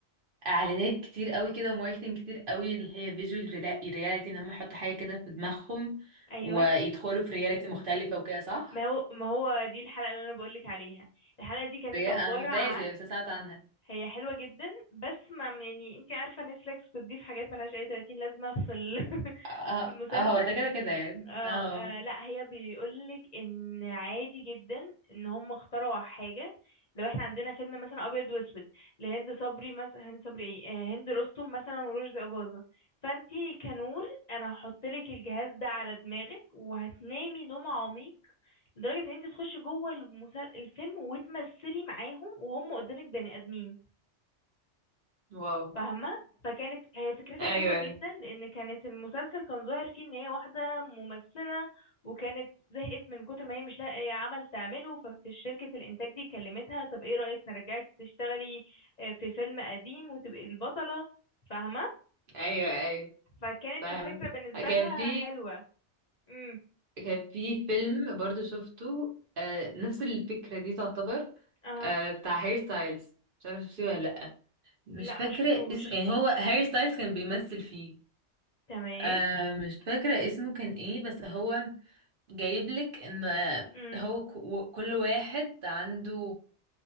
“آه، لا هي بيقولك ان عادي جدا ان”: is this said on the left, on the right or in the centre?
Left